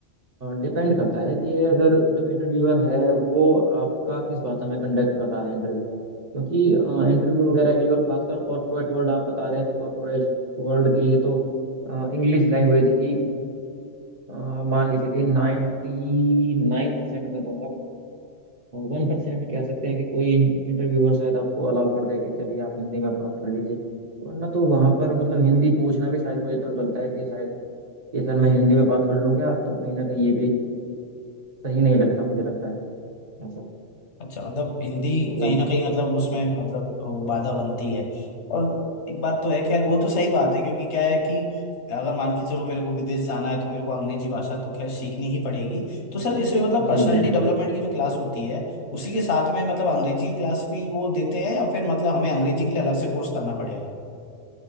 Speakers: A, on the right (about 35°); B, on the left (about 65°).
A: डिपेंड करता है कि अगर जो इंटरव्यूअर है वो आपका किस भाषा में कंडक्ट कर रहा है इंटरव्यू क्योंकि इंटरव्यू वगैरह के लिए और खासकर कॉरपोरेट वर्ल्ड आप बता रहे हैं तो कॉरपोरेट वर्ल्ड के लिए तो इंग्लिश लैंग्वेज ही अ, मान के चलिए नाइन्टी नाइन परसेंट मैं कहूँगा वन परसेंट कह सकते हैं कि कोई इंटरव्यूअर शायद आपको अलाउ कर दे कि चलिए आप हिंदी में बात कर लीजिए वरना तो वहां पर मतलब हिंदी पूछना भी शायद मुझे तो लगता है कि शायद कि सर मैं हिंदी में बात कर लूँ क्या तो कहीं ना कहीं ये भी सही नहीं लगता मुझे लगता है ऐसा
B: अच्छा मतलब हिंदी
A: तो
B: कहीं ना कहीं मतलब उसमें मतलब वो बाधा बनती है और एक बात तो है खैर वो तो सही बात है क्योंकि क्या है कि अगर मान के चलो मेरे को विदेश जाना है तो मेरे को अंग्रेजी भाषा तो खैर सीखनी ही पड़ेगी तो सर इसमें मतलब
A: जी
B: पर्सनालिटी
A: जी
B: डेवलपमेंट की जो क्लास होती है उसी के साथ में मतलब अंग्रेजी की क्लास भी वो देते हैं या फिर मतलब हमें अंग्रेजी के लिए अलग से कोर्स करना पड़ेगा